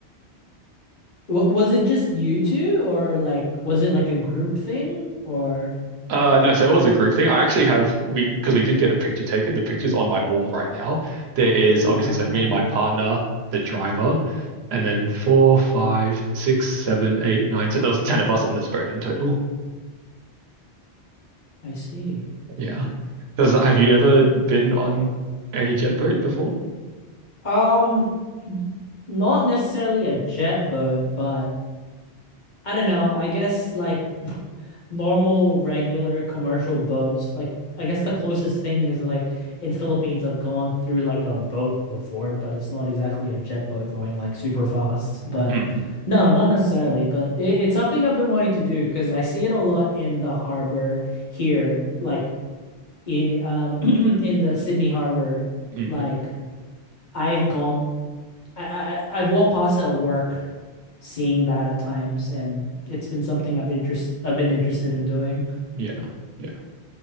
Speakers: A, on the left; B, on the right.
A: W was it just you two, or like was it like a group thing, or
B: Uh, no, so it was a group thing. I actually have we because we did get a picture taken. The picture's on my wall right now. There is obviously
A: ah,
B: so me and my partner, the driver, and then four, five, six, seven, eight, nine. So there was ten of us on this boat in total.
A: I see.
B: Yeah. Does have you ever been on any jet boat before?
A: Um, not necessarily a jet boat, but I don't know. I guess like <laughs> normal, regular commercial boats. Like I guess the closest thing is like in Philippines, I've gone through like a boat before, but it's not exactly a jet boat going like super fast. But
B: Mm,
A: no, not necessarily. But it, it's something I've been wanting to do because I see it a lot in the harbor here, like in um <clears throat> in the Sydney harbor.
B: mm,
A: Like I've gone, I, I I've walked past it at work, seeing that at times, and it's been something I've interest I've been interested in doing.
B: yeah, yeah,